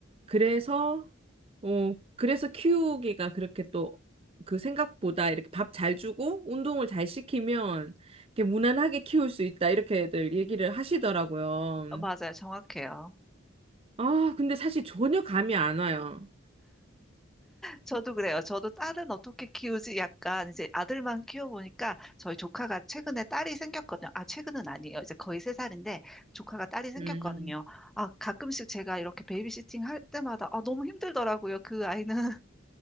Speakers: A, on the right; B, in the centre.
A: 그래서, 어, 그래서 키우기가 그렇게 또, 그 생각보다 이렇게 밥 잘 주고, 운동을 잘 시키면, 이렇게 무난하게 키울 수 있다. 이렇게들 얘기를 하시더라고요.
B: 어, 맞아요. 정확해요.
A: 아, 근데 사실 전혀 감이 안 와요.
B: 저도 그래요. 저도 딸은 어떻게 키우지? 약간 이제 아들만 키워보니까 저희 조카가 최근에 딸이 생겼거든요. 아, 최근은 아니에요. 이제 거의 세살인데 조카가 딸이 생겼거든요.
A: 음,
B: 아, 가끔씩 제가 이렇게 베이비시팅 할 때마다 아, 너무 힘들더라고요. 그 아이는